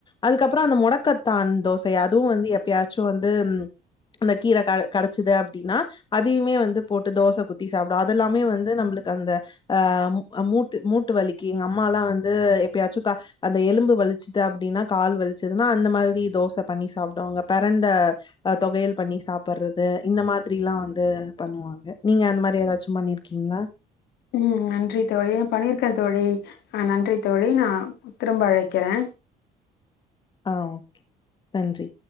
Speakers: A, on the left (about 30°); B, on the left (about 80°).
A: அதுக்கப்றோ அந்த முடக்கத்தான் தோசை அதுவும் வந்து எப்பயாச்சு வந்து அந்த கீர க கெடச்சுது அப்டினா அதையுமே வந்து போட்டு தோச குத்தி சாப்டோ அதெல்லாமே வந்து நம்ளுக் அந்த அ மூ மூட்டு மூட்டு வலிக்கு எங்க அம்மாலா வந்து எப்பாச்சுக்கா அந்த எலும்பு வலி கால் வலிச்சுது அப்டினா கால் வலிச்சது அந்த மாரி தோச பண்ணி சாப்டுவாங்க பிரண்ட துவையல் பண் ணி சாப்றது இந்த மாதிரிலா வந்து பண்ணுவாங்க நீங்க அந்த மாதிரி ஏதாச்சு பண்ணிருக்கீங்களா
B: ம் நன்றி தோழி பன்னீருக்கே தோழி ஆஹ் நன்றி தோழி நா திரும்ப அழைக்கிறே
A: ஆஹ் ஓகே நன்றி